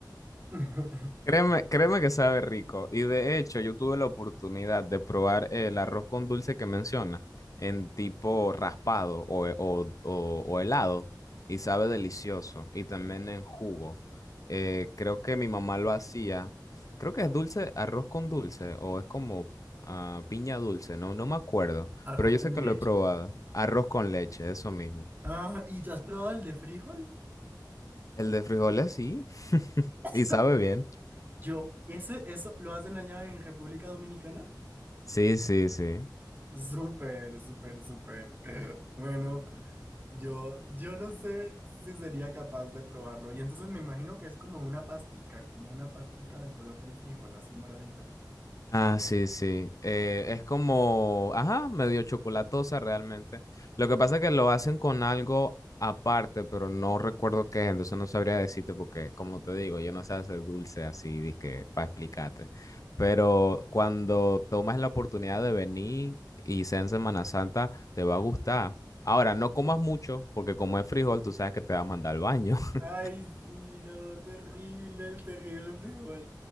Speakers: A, on the right; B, on the left.
A: <laughs>
B: Créeme, créeme que sabe rico. Y de hecho, yo tuve la oportunidad de probar el arroz con dulce que menciona en tipo raspado o, he- o- o- o helado y sabe delicioso. Y también en jugo. Eh, creo que mi mamá lo hacía. Creo que es dulce, arroz con dulce o es como ah, piña dulce, no, no me acuerdo.
A: Arroz
B: Pero yo
A: con
B: sé que
A: leche.
B: lo he probado. Arroz con leche, eso mismo.
A: Ah, ¿y tú has probado el de frijol?
B: El de frijoles sí,
A: <laughs>
B: y sabe bien.
A: Yo, eso eso lo hacen allá en República Dominicana.
B: Sí, sí, sí.
A: Súper, súper, súper. <laughs> Bueno, Yo, yo no sé si sería capaz de probarlo. Y entonces me imagino que es como una pastica, como una pastica del color del frijol, así moradita.
B: Ah, sí, sí. Eh, es como, ajá, medio chocolatosa realmente. Lo que pasa es que lo hacen con algo aparte, pero no recuerdo qué es, entonces no sabría decirte porque, como te digo, yo no sé hacer dulce así, dizque, para explicarte. Pero cuando tomas la oportunidad de venir y sea en Semana Santa, te va a gustar. Ahora, no comas mucho, porque como es frijol, tú sabes que te va a mandar al baño. <laughs>
A: Ay, sí, no, terrible, el terrible frijol.